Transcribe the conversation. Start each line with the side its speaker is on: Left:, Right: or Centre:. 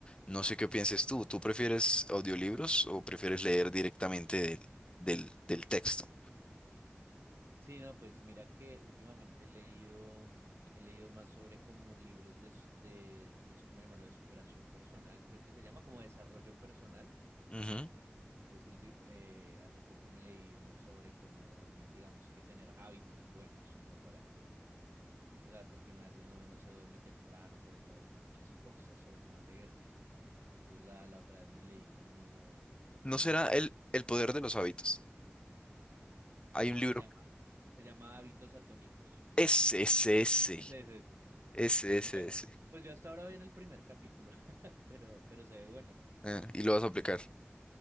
Left: No sé qué pienses tú. ¿Tú prefieres audiolibros o prefieres leer directamente del, del, del texto?
Right: Sí, no, pues mira que últimamente he leído, mm, he leído más sobre como libros de, s- de, no sé cómo llamarlo, de superación personal, creo que se llama como desarrollo personal.
Left: Ujú.
Right: Entonces, ulti- eh, hace poco me leí uno sobre cómo, mm, digamos que tener hábitos buenos, como para que, tú sabes, porque uno a veces no, no se duerme temprano por estar haciendo muchas <laughs> cosas o no hace ejercicio. Entonces la, la otra vez me leí como,
Left: ¿No
Right: como
Left: será
Right: esos,
Left: el, el poder de los hábitos? Hay
Right: no,
Left: un libro.
Right: se llama, se llama Hábitos Atómicos. <laughs>
Left: Ese, ese, ese.
Right: Sí, sí, sí, sí.
Left: Ese,
Right: Es
Left: ese,
Right: bueno.
Left: ese.
Right: Pues yo hasta ahora voy en el primer capítulo, <laughs> pero, pero se ve bueno, ¿no?
Left: Ah, y lo vas a aplicar.